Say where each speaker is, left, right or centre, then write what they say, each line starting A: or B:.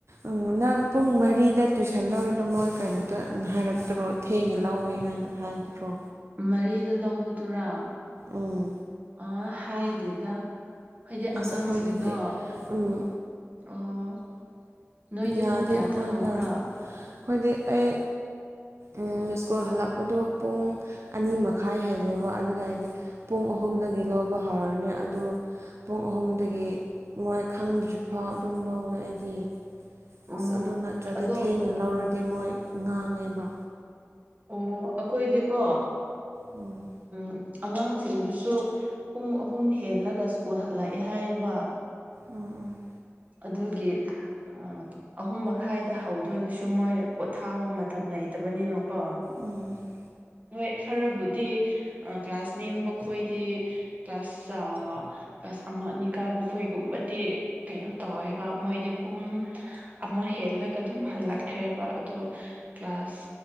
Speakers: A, on the right; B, on the right.
A: ꯎꯝ ꯅꯪ ꯄꯨꯡ ꯃꯔꯤꯗ ꯇꯨꯏꯁꯟ ꯂꯧꯔꯤꯗꯣ ꯃꯣꯏ ꯀꯔꯤꯝꯇ ꯍꯥꯏꯔꯛꯇ꯭ꯔꯣ ꯊꯦꯡꯉꯦ ꯂꯧꯋꯦ ꯍꯥꯏꯅ ꯍꯥꯏꯗ꯭ꯔꯣ꯫
B: ꯃꯔꯤꯗ ꯂꯧꯕꯗꯨꯔꯥ
A: ꯎꯝ
B: ꯑ ꯍꯥꯏꯗꯦꯗ꯫ ꯍꯥꯏꯗꯤ ꯑꯉꯥꯡꯁꯤꯡꯗꯣ
A: ꯑꯁ ꯑꯩꯈꯣꯏꯗꯗꯤ ꯎꯝ
B: ꯑꯣ ꯅꯣꯏꯗꯤ
A: ꯌꯥꯗꯦ
B: ꯄꯨꯡ ꯀꯌꯥꯗ
A: ꯑꯩꯈꯣꯏꯗ
B: ꯍꯧꯕ꯭ꯔꯥ
A: ꯑꯈꯣꯏꯗꯤ ꯑꯩ ꯎ ꯁ꯭ꯀꯨꯜ ꯍꯜꯂꯛꯄꯗꯣ ꯄꯨꯡ ꯑꯅꯤ ꯃꯈꯥꯏ ꯍꯦꯜꯂꯦꯕ ꯑꯗꯨꯗ ꯍꯥꯏꯗꯤ ꯄꯨꯡ ꯑꯍꯨꯝꯗꯒꯤ ꯂꯧꯕ ꯍꯧꯔꯅꯤ ꯑꯗꯨ ꯄꯨꯡ ꯑꯍꯨꯝꯗꯒꯤ ꯃꯣꯏ ꯈꯪꯗ꯭ꯔꯤꯐꯥꯎ ꯑꯗꯨꯝ ꯂꯧꯋꯦ ꯑꯩꯗꯤ꯫
B: ꯑꯣ
A: ꯑꯁ ꯑꯗꯨ ꯅꯠꯇ꯭ꯔꯗꯤ
B: ꯑꯗꯣ
A: ꯊꯦꯡꯅ ꯂꯧꯔꯗꯤ ꯃꯣꯏ ꯉꯥꯡꯉꯦꯕ꯫
B: ꯑꯣ ꯑꯩꯈꯣꯏꯗꯤꯀꯣ
A: ꯎꯝ
B: ꯎꯝ ꯑꯉꯥꯡꯁꯤꯡꯗꯨꯁꯨ ꯄꯨꯡ ꯑꯍꯨꯝ ꯍꯦꯜꯂꯒ ꯁ꯭ꯀꯨꯜ ꯍꯜꯂꯛꯑꯦ ꯍꯥꯏꯌꯦꯕ
A: ꯎꯝ ꯎꯝ
B: ꯑꯗꯨꯒꯤ ꯑꯥ ꯑꯍꯨꯝ ꯃꯈꯥꯏꯗ ꯍꯧꯗꯣꯏꯕꯁꯨ ꯃꯣꯏ ꯄꯣꯊꯥꯕ ꯃꯇꯝ ꯂꯩꯇꯕꯅꯤꯅꯀꯣ
A: ꯎꯝ
B: ꯃꯣꯏ ꯈꯔꯕꯨꯗꯤ ꯀ꯭ꯂꯥꯁ ꯅꯦꯝꯕ ꯈꯣꯏꯗꯤ ꯀ꯭ꯂꯥꯁ ꯆꯥꯎ ꯀ꯭ꯂꯥꯁ ꯑꯃ ꯑꯅꯤ ꯀꯥꯕꯨ ꯑꯩꯈꯣꯏꯒꯨꯝꯕꯗꯤ ꯀꯩꯅꯣ ꯇꯧꯋꯦꯕ ꯃꯣꯏꯗꯤ ꯄꯨꯡ ꯑꯃ ꯍꯦꯜꯂꯒ ꯑꯗꯨꯝ ꯍꯜꯂꯛꯈ꯭ꯔꯦꯕ ꯑꯗꯣ ꯀ꯭ꯂꯥꯁ